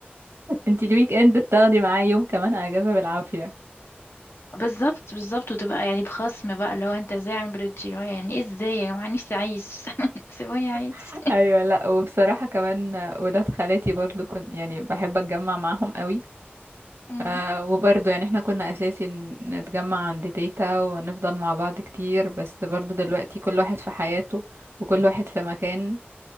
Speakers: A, on the right (about 85°); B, on the left (about 85°).
A: انتي الويك اند بتاخدي معايا يوم كمان اجازه بالعافيه
B: بالظبط بالظبط وتبقى يعني بخصم بقى اللي هو انت ازاي عامل بريد جي يعني ايه ازاي يا جماعه نفسي عايز <laughs> سيبوني عايز
A: <laughs> ايوه لا وبصراحه كمان ولاد خالاتي برضو كنت يعني بحب اتجمع معاهم قوي
B: مم.
A: آه وبرضه يعني احنا كنا اساسي ن- نتجمع عند تيتا ونفضل مع بعض كتير بس برضه دلوقتي كل واحد في حياته وكل واحد في مكان